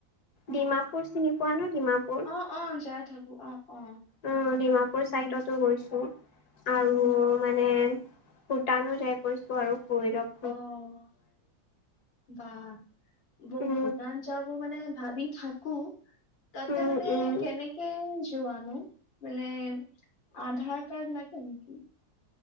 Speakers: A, on the left; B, on the left.
A: ডিমাপুৰ চিনি পোৱানে ডিমাপুৰ?
B: অ অ' যাই থাকোঁ অ', অ'।
A: অ, ডিমাপুৰ
B: উম
A: চাইডতো গৈছোঁ আৰু
B: উম হুম
A: মানে ভূটানো যাই পাইছোঁ আৰু ভৈৰক
B: অ' বা <unintelligible>
A: উম
B: ভূটান যাব মানে ভাবি থাকোঁ তাতে
A: উম
B: মানে
A: উম
B: কেনেক কে যোৱানো মানে আধাৰ কাৰ্ড লাগে নেকি?